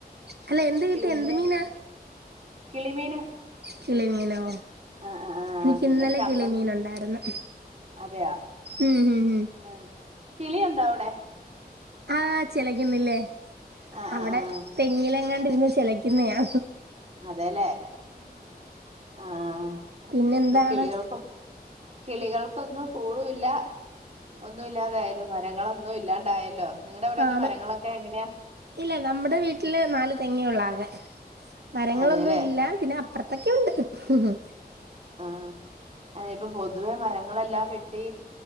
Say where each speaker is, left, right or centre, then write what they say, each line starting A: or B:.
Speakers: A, on the right; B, on the right.
A: അല്ല എന്ത് കിട്ടെ
B: പിന്നെ
A: എന്ത് മീനാ
B: കിളിമീന്
A: ചിലേമീനോ
B: ആഹ് ആഹ് ആഹ്
A: നിക്ക്
B: പിന്നെ
A: ഇന്നലെ
B: ചമ്മന്തി
A: കിളിമീനൊണ്ടായ്ര്ന്ന്
B: അതെയോ
A: ഉംഉം ഉം
B: ആഹ് കിളിയുണ്ടോ അവ്ടെ
A: ആഹ് ചെലെക്കുന്നില്ലേ
B: ആഹ്
A: അവിടെ
B: ആഹ് ആഹ്
A: തെങ്ങിലെ ങ്ങാണ്ടിരുന്ന് ചെലെക്കുന്നയാ
B: അതേല്ലേ ആഹ്
A: പിന്നെന്താണ്
B: ഇപ്പൊ കിളികൾകൊ കിളികൾ കൊന്നും കൂളൂല്ല ഒന്നും ഇല്ലാതായാലും മത് ഞങ്ങളൊന്നും ഇല്ലാണ്ടായല്ലോ നിങ്ങടെ അവിടെയൊക്കെ
A: ആണ്
B: മരങ്ങളൊക്കെ എങ്ങനെയാ
A: ഇല്ല നമ്മുടെ വീട്ടില് നാല് തെങ്ങേയൊള്ളാകെ മരങ്ങളൊന്നുവില്ല
B: അതെല്ലേ
A: പിന്ന അപ്പ്രത്തൊക്കെയുണ്ട്
B: ഹ് അതേ ഇപ്പൊ പൊതുവെ മരങ്ങളെല്ലാം വെട്ടി